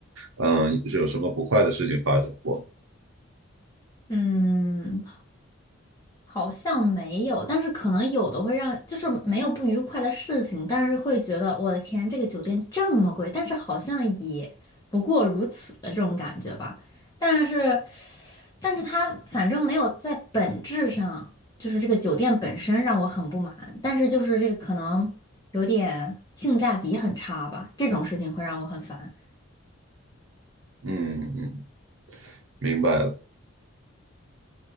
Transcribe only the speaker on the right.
嗯、有什么不快的事情发生过？
嗯嗯，明白了。